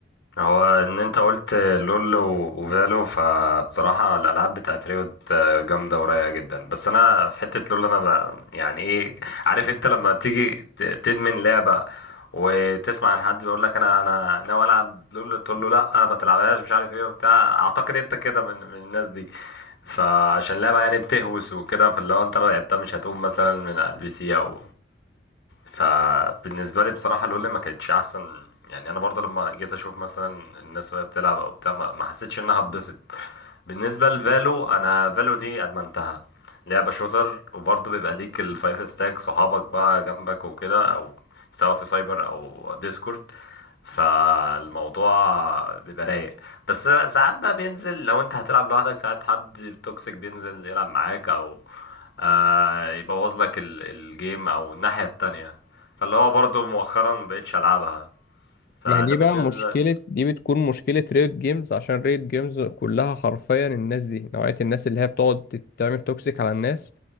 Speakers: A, on the left; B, on the left.
A: هو ان انت قلت لول و- وفالو فبصراحة الالعاب بتاعت ريوت جامدة ورايقة جدا بس انا في حتة لول انا ب- يعني ايه عارف انت لما تيجي ت- تدمن لعبة وتسمع عن حد بيقول لك انا انا ناوي العب لول تقول له لا ما تلعبهاش مش عارف ايه وبتاع اعتقد انت كده من, من الناس دي فعشان لعبة يعني بتهوس وكده فاللي هو انت لو لعبتها مش هتقوم مثلا من على البي سي او فبالنسبة لي بصراحة لولا ما كانتش أحسن يعني أنا برضه لما جيت أشوف مثلا الناس وهي بتلعب أو بتاع ما ما حسيتش إنها اتبسط بالنسبة لفالو أنا فالو دي أدمنتها لعبة شوتر وبرضه بيبقى ليك الفايف ستاك صحابك بقى جنبك وكده أو سواء في سايبر أو ديسكورد فالموضوع بيبقى رايق بس ساعات بقى بينزل لو انت هتلعب لوحدك ساعات حد توكسيك بينزل يلعب معاك او آه، يبوظ لك ال- الجيم او الناحية التانية فاللي هو برضو مؤخرا مبقتش العبها فده
B: ما هي دي بقى
A: بالنسبة
B: مشكلة دي بتكون مشكلة ريد جيمز عشان ريد جيمز كلها حرفيا الناس دي نوعية الناس اللي هي بتقعد تعمل توكسيك على الناس